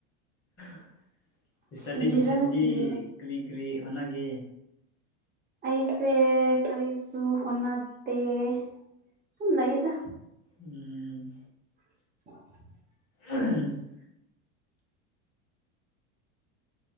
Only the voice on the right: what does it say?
ꯁꯤꯕꯤꯔꯅꯨ
ꯁꯤꯕꯤꯔꯅꯨ
ꯑꯩꯁꯦ ꯀꯔꯤꯁꯨꯨ ꯍꯣꯠꯅꯗꯦ ꯑꯗꯨꯝ ꯂꯩꯗ
<inaudible>